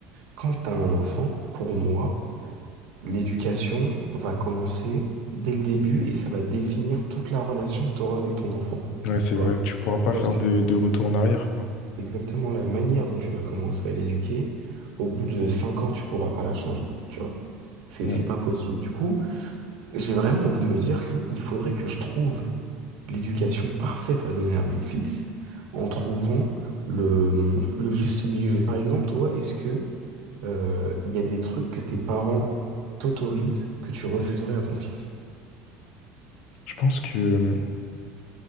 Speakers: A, on the right; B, on the left.
A: quand t'as un enfant, pour moi, l'éducation va commencer dès le début et ça va définir toute la relation que t'auras avec ton enfant.
B: Ouais, c'est
A: Tu
B: vrai,
A: vois?
B: tu pourras pas
A: Parce
B: faire
A: que
B: de, de retour en arrière, quoi.
A: exactement la manière dont tu vas commencer à l'éduquer, au bout de cinq ans, tu pourras pas la changer. Tu vois? C'est,
B: Ouais.
A: c'est pas possible. Du coup. J'ai vraiment envie de me dire que il faudrait que je trouve l'éducation parfaite à donner à mon fils en trouvant le, le juste milieu. Mais par exemple, toi, est-ce que euh, il y a des trucs que tes parents t'autorisent que tu refuserais à ton fils?
B: Je pense que